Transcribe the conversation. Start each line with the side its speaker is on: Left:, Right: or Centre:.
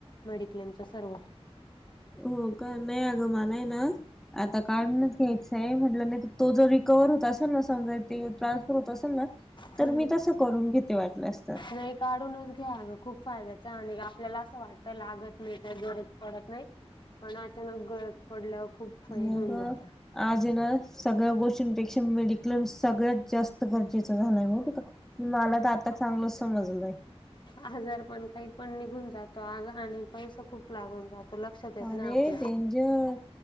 Left: मेडिकलच सर्व
Centre: हो का म्या मागं आहे ना आता काढूनच घ्यायचंय म्हटलं नाही तो जविक कव्हर होत असेल ना समजा ते ट्रान्सफर होत असेल ना
Left: हम्
Centre: तर मी तसं करून घेते वाटलंस तर
Left: नाही काढूनच घ्या ग खूप फायद्याच आणि आपल्याला असं वाटतं लागत नाही गरज पडत नाही पण अचानक गरज पडल्यावर खूप हे
Centre: मग
Left: होऊन जात
Centre: आज ना सगळ्या गोष्टींपेक्षा मिे क्लेम सगळ्यात जास्त गरजेचा झालाय हो मला त आता चांगलच समजलं
Left: आजार पण काही पण निघून जातो आजाराणे पैसा खूप लागून जातो लक्षात येत
Centre: अरे
Left: नाही आपल्या
Centre: डेंजर